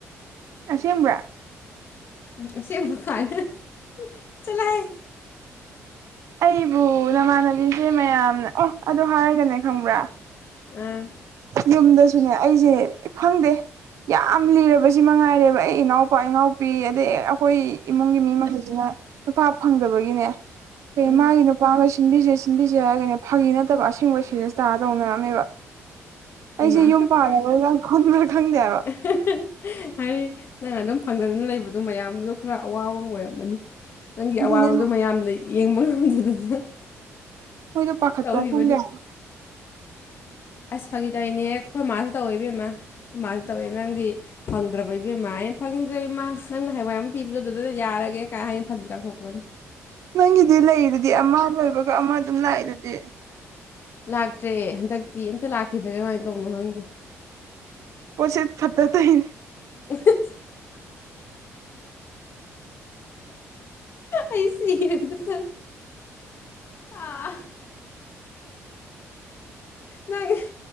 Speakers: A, on the right; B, on the left.
A: ꯑꯁꯦꯡꯕ꯭ꯔꯥ
B: ꯎꯝ ꯑꯁꯦꯡꯕ ꯀꯥꯏꯅ ꯆꯠꯂꯣꯍꯦ
A: ꯑꯩꯕꯨ ꯅꯃꯥꯟꯅꯕꯤꯁꯦ ꯃꯌꯥꯝꯅ ꯑꯣ ꯑꯗꯨ ꯍꯥꯏꯔꯒꯅꯦ ꯈꯪꯕ꯭ꯔꯥ
B: ꯑꯥ
A: ꯌꯨꯝꯗꯁꯨꯅꯦ ꯑꯩꯁꯦ ꯈꯪꯗꯦ ꯌꯥꯝ ꯂꯤꯔꯕꯁꯤ ꯃꯉꯥꯏꯔꯦꯕ ꯑꯩ ꯏꯅꯥꯎꯄꯥ ꯏꯅꯥꯎꯄꯤ ꯑꯗꯩ ꯑꯩꯈꯣꯏ ꯏꯃꯨꯡꯒꯤ ꯃꯤ ꯃꯈꯩ ꯖꯤꯅ ꯅꯨꯄꯥ ꯐꯪꯗꯕꯒꯤꯅꯦ
B: ꯎꯝ
A: ꯃꯥꯒꯤ ꯅꯨꯄꯥ ꯑꯃ ꯁꯤꯟꯕꯤꯁꯦ ꯁꯤꯟ ꯁꯤꯟꯕꯤꯁꯦ ꯍꯥꯏꯔꯒꯅꯦ ꯐꯥꯒꯤ ꯅꯠꯇꯕ ꯑꯁꯦꯡꯕ ꯁꯦꯔꯤꯌꯁ ꯇꯥꯔ ꯇꯧꯅꯔꯝꯃꯤꯕ
B: ꯏꯃꯥ
A: ꯑꯩꯖꯦ ꯌꯨꯝ ꯄꯥꯜꯂꯔꯣꯏꯅ ꯈꯟꯕ꯭ꯔꯥ ꯈꯪꯗꯦ ꯍꯥꯏꯕ
B: <unintelligible> ꯍꯥꯏꯗꯤ ꯅꯪ ꯑꯗꯨꯝ ꯐꯪꯗꯗꯅ ꯂꯩꯕꯗꯣ ꯃꯌꯥꯝꯗꯨ ꯈꯔ ꯑꯋꯥꯕ ꯑꯣꯏꯔꯝꯃꯅꯤ ꯅꯪꯒꯤ
A: ꯑꯗꯨꯅꯦ
B: ꯑꯋꯥꯕꯗꯣ ꯃꯌꯥꯝꯅ ꯌꯦꯡꯕ ꯉꯝꯗꯗꯅ
A: ꯃꯣꯏꯗꯣ ꯄꯥꯈꯠꯄ꯭ꯔꯥ
B: ꯇꯧꯔꯤꯕꯅꯤ
A: ꯈꯪꯗꯦ ꯍꯥꯏꯕ
B: ꯑꯁ ꯐꯥꯒꯤ ꯇꯧꯔꯤꯅꯦꯍꯦ ꯑꯩꯈꯣꯏ ꯃꯥꯁꯨ ꯇꯧꯋꯤ ꯏꯕꯦꯝꯃ ꯑꯩꯈꯧꯏ ꯃꯥꯁꯨ ꯇꯧꯋꯦ ꯅꯪꯗꯤ ꯐꯪꯗ꯭ꯔꯕ ꯏꯕꯦꯝꯃꯥ ꯑꯩꯅ ꯐꯪꯗ꯭ꯔꯦ ꯏꯃꯥ ꯅꯪꯅ ꯍꯌꯦꯡꯋꯥꯏ ꯑꯃ ꯄꯤꯕꯗꯣ ꯑꯗꯨꯗ ꯌꯥꯔꯒꯦ ꯀꯥꯏ ꯍꯥꯏꯅ ꯐꯥꯒꯤ ꯇꯥꯊꯣꯛꯄꯅꯤ <inaudible>
A: ꯅꯪꯒꯤꯗꯤ ꯂꯩꯗꯨꯗꯤ ꯑꯃ ꯂꯣꯏꯕꯒ ꯑꯃ ꯑꯗꯨꯝ ꯂꯥꯛꯑꯦ ꯗꯨꯗꯤ
B: ꯂꯥꯛꯇ꯭ꯔꯦ ꯍꯟꯗꯛꯇꯤ ꯑꯝꯇꯥ ꯂꯥꯛꯈꯤꯗ꯭ꯔꯦ ꯀꯃꯥꯏꯟ ꯇꯧꯅꯣ ꯈꯪꯗꯦ
A: ꯄꯣꯁꯤꯠ ꯐꯠꯇꯥ ꯇꯩꯅꯤ
B: <unintelligible> ꯑꯩ ꯁꯤꯔꯦꯗ ꯅꯪ ꯑꯥ ꯅꯪ